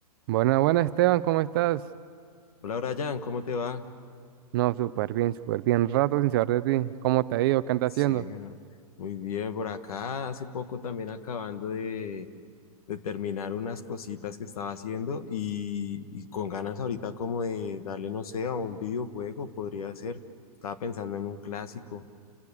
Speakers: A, on the right (about 35°); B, on the left (about 65°).
A: Buena, buena Esteban, ¿cómo estás?
B: Hola Brian, ¿cómo te va?
A: No, súper bien, súper bien. Rato sin saber de ti. ¿Cómo te ha ido? ¿Qué andas
B: Sí,
A: haciendo?
B: no, muy bien por acá. Hace poco también acabando de, de terminar unas cositas que estaba haciendo y, y con ganas ahorita como de darle, no sé, a un videojuego, podría ser. Estaba pensando en un clásico.